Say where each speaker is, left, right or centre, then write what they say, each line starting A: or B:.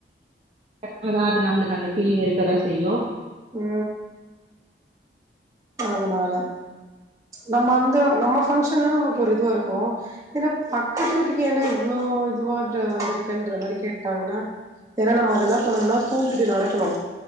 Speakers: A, on the right; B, on the right.
A: டக்கனா அது நம்ளுக்கு அந்த ஃபீலிங் இருக்கதா செய்யு
B: ஆ அதனால நம்ம அந்த நம்ம பங்க்ஷன் நா நமக்கு ஒரு இதுவாருக்கு ஏனாப் பக்கத்து வீட்டுக்கு ஏன்டா இவ்ளோ இதுவா த வந்துருக்கேன்ற மாரி கேட்டாங்கனா ஏனா நம்ம அது ன்னா பண்ணணுனா தூக்கிட்டு நடக்கணு